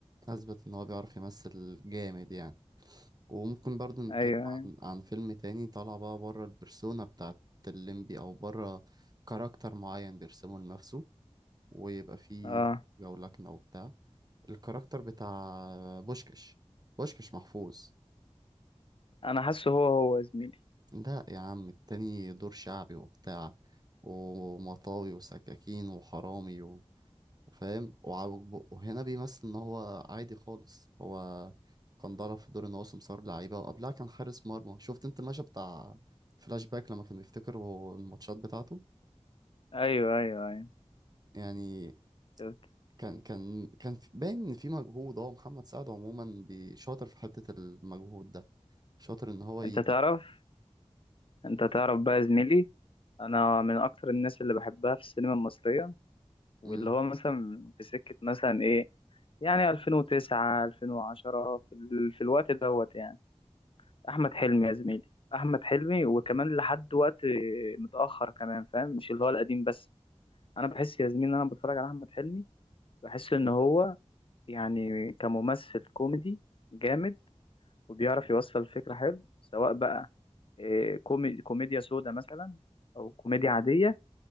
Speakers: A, on the right; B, on the left.
A: أثبت إن هو بيعرف يمثل جامد يعني وممكن برضه نتكلم
B: ايوه ايوه
A: عن عن فيلم تاني طالع بقى بره البرسونا بتاعت الليمبي أو بره كاركتر معين بيرسمه لنفسه ويبقى فيه
B: اه
A: جولكنة وبتاع الكاركتر بتاع بوشكش بوشكش محفوظ
B: انا حاسه هو هو يا زميلي
A: لا يا عم التاني دور شعبي وبتاع ومطاوي وسكاكين وحرامي و- وفاهم وعوج بقه وهنا بيمثل ان هو عادي خالص هو كان ضرب في دور ان هو سمسار لعيبه وقبلها كان حارس مرمى شفت انت المشهد بتاع فلاش باك لما كان بيفتكر هو الماتشات بتاعته
B: ايوه ايوه ايوه
A: يعني
B: شفت
A: كان كان كان في- باين ان في مجهود هو محمد سعد عموما بي- شاطر في حته المجهود ده شاطر ان هو ي...
B: انت تعرف انت تعرف بقى يا زميلي انا من اكتر الناس اللي بحبها في السينما المصرية واللي
A: امم
B: هو مثلا في سكة مثلا ايه يعني 2009 2010 في, ال... في الوقت دوت يعني احمد حلمي يا زميلي احمد حلمي وكمان لحد وقت متأخر كمان فاهم مش اللي هو القديم بس انا بحس يا زميلي ان انا بتفرج على احمد حلمي بحس ان هو يعني كممثل كوميدي جامد وبيعرف يوصل الفكرة حلو سواء بقى إيه، كومي... كوميديا سودا مثلا او كوميديا عادية